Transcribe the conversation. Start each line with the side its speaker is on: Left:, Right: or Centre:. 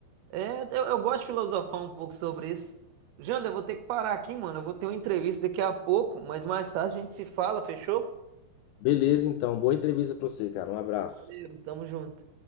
Right: É, eu, eu gosto de filosofar um pouco sobre isso. Janda, eu vou ter que parar aqui, mano. Eu vou ter uma entrevista daqui a pouco, mas mais tarde a gente se fala, fechou?
Left: Beleza, então. Boa entrevista pra você, cara. Um abraço.
Right: Valeu, tamo junto.